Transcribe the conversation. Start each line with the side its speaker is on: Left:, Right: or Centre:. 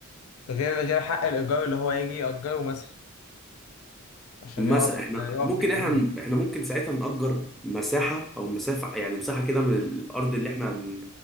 Left: غير غير حق الإيجار اللي هو يجي يأجره مثلا عشان
Centre: مثلا
Left: يقف
Centre: احنا
Left: يقف
Centre: ممكن
Left: في الإيفنت
Centre: احنا احنا ممكن ساعتها نأجر مساحة او مسافة يعني مساحة كده من الارض اللي احنا هن...